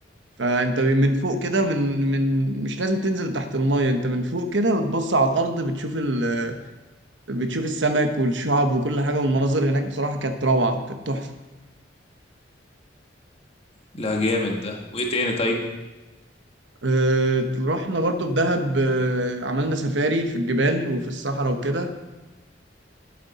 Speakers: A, on the right; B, on the left.
A: فانت من فوق كده من من مش لازم تنزل تحت المية انت من فوق كده وتبص على الارض بتشوف ال بتشوف السمك والشعب وكل حاجة والمناظر هناك بصراحة كانت روعة كانت تحفة
B: لا جامد ده وايه تاني طيب
A: آه، رحنا برضو في دهب آه، عملنا سفاري في الجبال وفي الصحراء وكده